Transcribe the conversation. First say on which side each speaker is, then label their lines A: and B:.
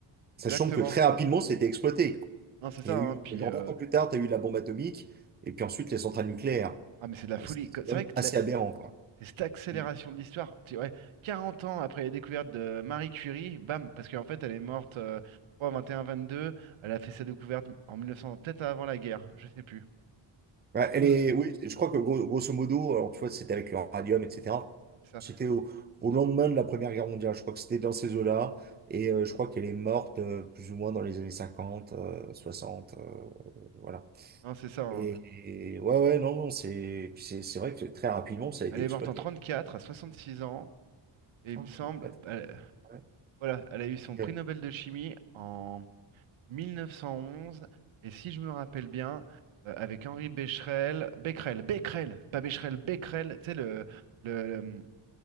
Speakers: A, on the right; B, on the right.
A: Sachant
B: Exactement.
A: que très rapidement, c'était exploité.
B: Non, c'est ça,
A: Il y a eu,
B: hein. Puis,
A: genre
B: euh,
A: 20 ans plus tard, tu as eu la bombe atomique et puis ensuite les centrales nucléaires.
B: ah, mais c'est de la
A: Enfin,
B: folie.
A: C'est c'est
B: Co- C'est
A: quand
B: vrai
A: même
B: que
A: assez
B: la-
A: aberrant, quoi.
B: c'est cette accélération
A: Mm.
B: de l'histoire, tu ouais, 40 ans après la découverte de Marie Curie, bam, parce qu'en fait, elle est morte, euh, je crois, vingt et un, vingt deux. Elle a fait sa découverte en 1900, peut-être avant la guerre, je sais plus.
A: Ouais,
B: 12,
A: elle est, oui, je crois que gros- grosso modo, alors tu vois, c'était avec le radium, etc.
B: c'est ça.
A: C'était au, au lendemain de la Première Guerre mondiale. Je crois que c'était dans ces eaux-là. Et euh, je crois qu'elle est morte euh, plus ou moins dans les années 50, euh, 60. euh, voilà.
B: Non, c'est ça, hein.
A: Et, et ouais, ouais, non, non, c'est puis c'est c'est vrai que très rapidement, ça a été
B: Elle
A: exploité.
B: est morte en 34, à 66 ans, et il
A: Ah,
B: me semble,
A: en fait,
B: elle-
A: ouais,
B: voilà, elle a eu son
A: ok.
B: prix Nobel de chimie en. 1911 et si je me rappelle bien, euh, avec Henri Becquerel Becquerel, Becquerel, pas Becherel, Becquerel, tu sais, le, le, le-